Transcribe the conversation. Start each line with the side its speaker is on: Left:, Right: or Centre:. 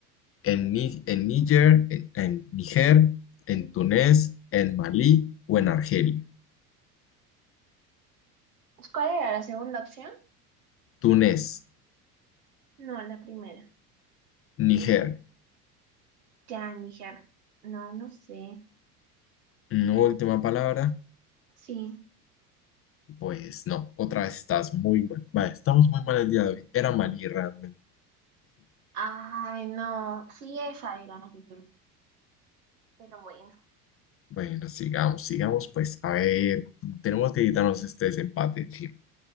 Left: ¿En, Ni- en Níger, en, en Níger, en Túnez, en Malí o en Argelia?
Right: ¿Cuál era la segunda opción?
Left: Túnez,
Right: No, la primera.
Left: Níger.
Right: Ya, Níger. No, no sé.
Left: No, última palabra.
Right: Sí.
Left: Pues no, otra vez estás muy mal. Vale, estamos muy mal el día de hoy. Era Malí realmente.
Right: Ay, no. Sí, esa era la que quería. Pero bueno.
Left: Bueno, sigamos, sigamos, pues. A ver, tenemos que quitarnos este desempate. sí.